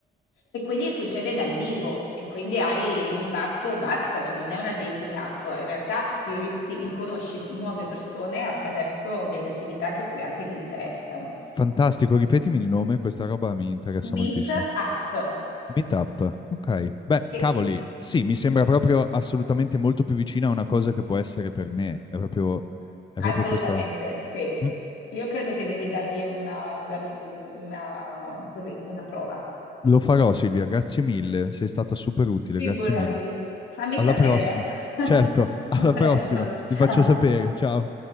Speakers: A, on the left (about 80°); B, on the left (about 25°).
A: e quindi succede dal vivo e quindi hai l'impatto, basta, cioè non è una dating app, in realtà ti, ri- ti conosci nuove persone attraverso delle attività che poi anche ti interessano.
B: Fantastico, ripetimi il nome, questa roba mi interessa
A: Meet
B: moltissimo.
A: app,
B: Meetup, ok. Beh,
A: sì,
B: cavoli, sì, mi sembra proprio assolutamente molto più vicina a una cosa che può essere per me. È proprio, è
A: assolutamente,
B: proprio questa.
A: sì.
B: Mm.
A: Io credo che devi dargli una, dargli un- una, così, una prova.
B: Lo farò, Silvia, grazie mille. Sei stata super utile,
A: Figurati.
B: grazie mille.
A: Fammi
B: Alla
A: sapere,
B: prossima.
A: eh.
B: Certo, <laughs> alla
A: <laughs> A presto,
B: prossima.
A: ciao.
B: Ti faccio sapere. Ciao.